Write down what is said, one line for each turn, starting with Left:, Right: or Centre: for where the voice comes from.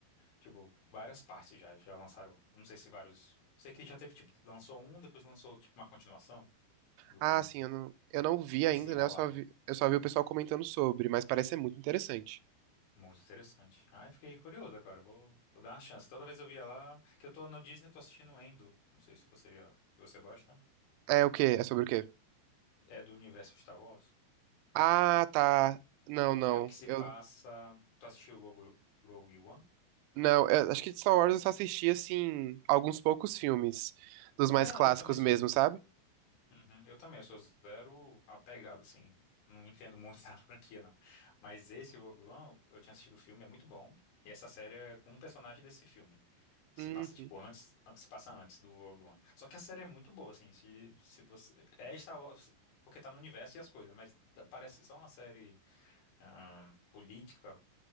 Left: tipo, várias partes já, já lançaram, não sei se vários, sei que já teve tipo, lançou um, depois lançou tipo uma continuação do documentário,
Right: Ah, sim, eu não, eu não vi
Left: o
Right: ainda,
Left: desenrolar.
Right: né? Eu só vi, eu só vi o pessoal comentando sobre, mas parece ser muito interessante.
Left: Muito interessante. Ai, fiquei curioso agora, vou, vou dar uma chance. Toda vez eu via lá, que eu tô no Disney, eu tô assistindo Endo. Não sei se você já, se você gosta.
Right: É o quê? É sobre o quê?
Left: É do universo Star Wars.
Right: Ah, tá. Não, não.
Left: É o que se
Right: Eu
Left: passa. Tu assistiu Rogue, Rogue One?
Right: não, eu acho que de Star Wars eu só assisti assim alguns poucos filmes dos mais
Left: É, não,
Right: clássicos
Left: eu também sou.
Right: mesmo, sabe?
Left: Uhum, eu também, eu sou zero apegado, assim. Não entendo muito <laughs> da franquia, não. Mas esse Rogue One, eu tinha assistido o filme, é muito bom. E essa série é com um personagem desse filme. Se
Right: Uhum.
Left: passa, tipo, antes. Se passa antes do Rogue One. Só que a série é muito boa, assim. Se, se você. É Star Wars, porque tá no universo e as coisas, mas da- parece só uma série ah, política,